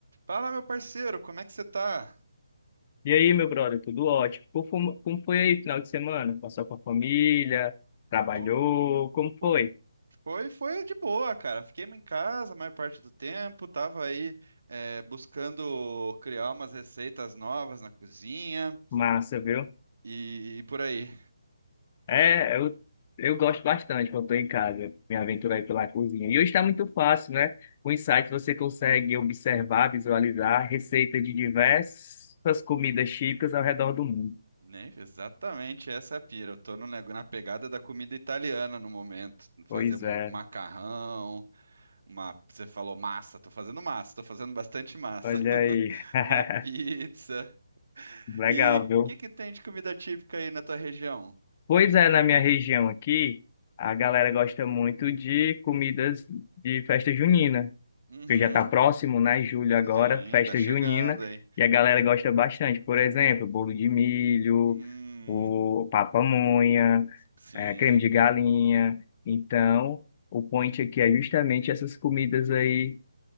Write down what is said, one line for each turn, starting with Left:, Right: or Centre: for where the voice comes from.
Right: Fala, meu parceiro, como é que você tá?
Left: E aí, meu brother, tudo ótimo? Como foi, como foi aí final de semana? Passou com a família? Trabalhou?
Right: Pô,
Left: Como
Right: pô,
Left: foi?
Right: foi, foi de boa, cara. Fiquei em casa a maior parte do tempo, tava aí é, buscando criar umas receitas novas na cozinha
Left: Massa, viu?
Right: e, e por aí.
Left: É, eu, eu gosto bastante quando estou em casa, me aventurar aí pela cozinha. E hoje está muito fácil, né? Com o insights você consegue observar, visualizar receitas de diversas comidas típicas ao redor do mundo.
Right: Nem exatamente essa é a pira. Eu tô no, nego- na pegada da comida italiana no momento. Fazer
Left: Pois
Right: um
Left: é,
Right: macarrão, uma, você falou massa, tô fazendo massa, tô fazendo bastante massa.
Left: olha
Right: <laughs>
Left: aí. <laughs>
Right: Uma pizza.
Left: Legal,
Right: E o
Left: viu?
Right: que que tem de comida típica aí na tua região?
Left: Pois é, na minha região aqui, a galera gosta muito de comidas de festa junina,
Right: Uhum.
Left: porque já está próximo, né? Julho agora,
Right: Sim,
Left: festa
Right: tá chegando,
Left: junina,
Right: hein?
Left: e a galera gosta bastante. Por exemplo, bolo de milho,
Right: Hum,
Left: o papamonha,
Right: sim,
Left: eh, creme de galinha. Então, o point aqui é justamente essas comidas aí